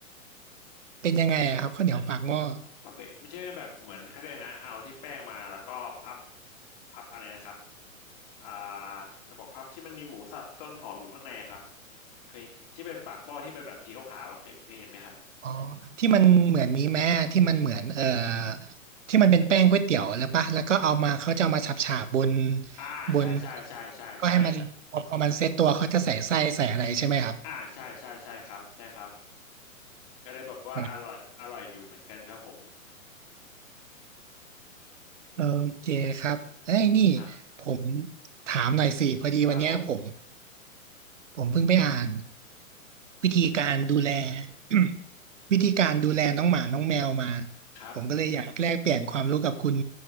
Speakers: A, on the right (about 60°); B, on the left (about 35°).
A: เป็นยังไงอะครับข้าวเหนียวปากหม้อ
B: ปะเปะไม่ใช่แบบเหมือนเขาเรียกนะเอาที่แป้งมาแล้วก็พับพับอะไรนะครับอ่าจะบอกพับที่มันมีหมูสับต้นหอมอยู่ข้างในอะครับเคยที่เป็นปากหม้อที่เป็นแบบสีขาวๆอะเคยเคยเห็นไหมครับ
A: อ๋อที่มันเหมือนนี้แม่ที่มันเหมือนเอ่อที่มันเป็นแป้งก๋วยเตี๋ยวแล้วปะแล้วก็เอามาเขาจะเอามาฉาบฉาบบน
B: อ่าใช่ใช่ใช่ใช่ใช่
A: บนก็ให้มันพอพอมันเซตตัวเขาจะใส่ไส้ใส่อะไรใช่ไหมครับ
B: อ่าใช่ใช่ใช่ครับใช่ครับก็เลยแบบว่าอร่อยอร่อยอยู่เหมือนกันครับผม
A: อืมโอเคครับเอ้ยนี่
B: ครับ
A: ผมถามหน่อยสิพอดีวันเนี้ยผม
B: ครับผม
A: ผมเพิ่งไปอ่านวิธีการดูแล <coughs> <clears throat> วิธีการดูแลน้องหมาน้องแมวมา
B: ครับ
A: ผมก็เลยอยากแลกเปลี่ยนความรู้กับคุณ